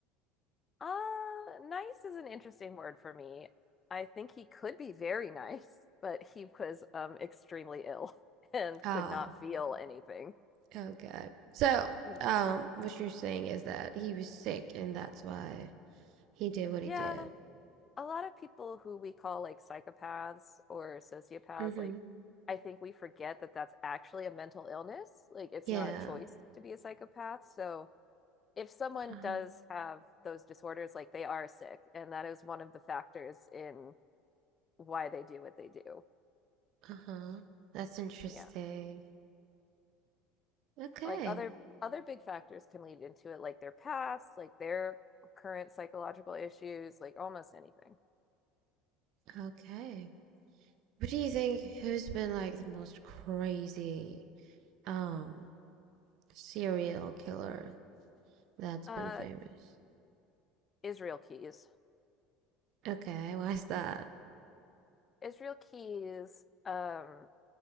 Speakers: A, on the left; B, on the right.
A: uh nice is an interesting word for me. I think he could be very <laughs> nice, but he was um extremely ill <laughs> and
B: Oh.
A: could not feel anything.
B: Oh God. So,
A: Mm,
B: um, what you're saying is that he was sick and that's why he did what
A: Yeah,
B: he did.
A: a lot of people who we call like psychopaths or sociopaths,
B: Mm-hmm.
A: like I think we forget that that's actually a mental illness. Like it's
B: Yeah.
A: not a choice to be a psychopath. So if someone
B: Uh,
A: does have those disorders, like they are sick, and that is one of the factors in why they do what they do.
B: uh-huh. That's interesting.
A: Yeah.
B: Okay.
A: Like other other big factors can lead into it, like their past, like their current psychological issues, like almost anything.
B: Okay. What do you think who's been like the most crazy um serial killer that's
A: Uh
B: been famous?
A: Israel Keys.
B: Okay, why's that?
A: Israel Keys um